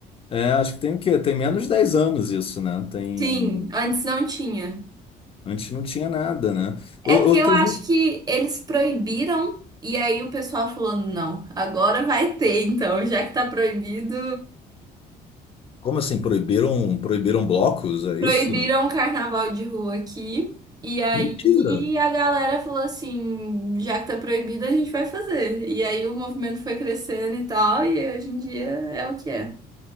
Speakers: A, on the left (about 35°); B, on the right (about 25°).
A: É, acho que tem o quê? Tem menos de 10 anos isso, né? Tem...
B: Sim, antes não tinha.
A: Antes não tinha nada, né?
B: É
A: Eu
B: porque
A: ou
B: eu
A: teve...
B: acho
A: um,
B: que eles proibiram e aí o pessoal falou, não, agora vai ter, então, já que tá proibido.
A: Como assim? Proibiram, proibiram blocos? É
B: Proibiram
A: isso?
B: o carnaval de rua aqui. E aí
A: Mentira!
B: a galera falou assim, já que tá proibido, a gente vai fazer. E aí o movimento foi crescendo e tal, e hoje em dia é o que é.